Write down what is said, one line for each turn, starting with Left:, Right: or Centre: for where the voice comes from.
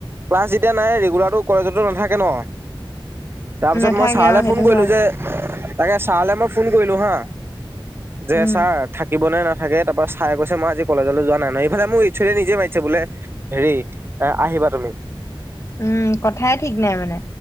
Right: ক্লাছ যেতিয়া নাই ৰেগুলাৰটো কলেজতো নাথাকে ন। তাৰপিছত
Left: নাথাকে
Right: মই ছাৰলৈ
Left: অ সেইটো
Right: ফোন কৰিলোঁ
Left: হয়
Right: যে তাকে ছাৰলে মই ফোন কৰিলো হা, যে
Left: উম
Right: ছাৰ থাকিব নে নাথাকে, তাৰ পৰা ছাৰে কৈছে মই আজি কলেজলৈ যোৱা নাই। এইফালে মোৰ এইছ অ দিয়ে নিজে মাতিছে বোলে। হেৰি এ আহিবা তুমি।
Left: উম, কথাই ঠিক নাই মানে।